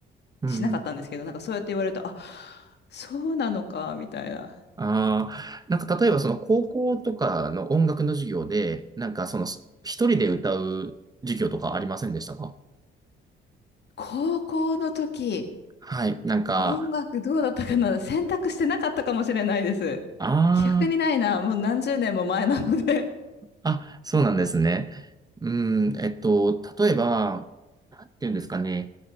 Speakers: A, on the right (about 20°); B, on the left (about 60°).
A: うんうん
B: しなかったんですけど、なんかそうやって言われると、あ、そうなのか、みたいな。
A: ああ、なんか例えばその高校とかの音楽の授業で、なんかその一人で歌う授業とかありませんでしたか
B: 高校の時、
A: はい、なんか、
B: 音楽どうだったかな選択してなかったかもしれないです。
A: あ
B: 記憶にないな、もう何十年も前なので。
A: あ、あ、そうなんですね。うん、えっと、例えば、なんていうんですかね。